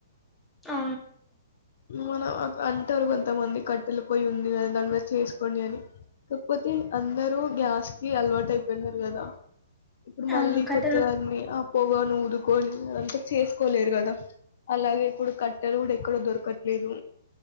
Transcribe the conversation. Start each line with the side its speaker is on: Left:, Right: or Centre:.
Centre: ఆ
Left: మన అంటారు కొంతమంది కట్టెల పోయి ఉంది కదా దాని మీద చేసుకోడి అని కాకపోతే అందరుూ గ్యాస్ కి అలవాటు అయిపోయినారు కదా ఇప్పుడు
Centre: అవును
Left: మళ్ళీ
Centre: కట్టెలు
Left: కొత్తదాన్ని పొగొని ఊదుకొని అదంతా చేసుకోలేరు కదా అలాగే కుప్పుడు కట్టలు కూడా దొరకట్లేదు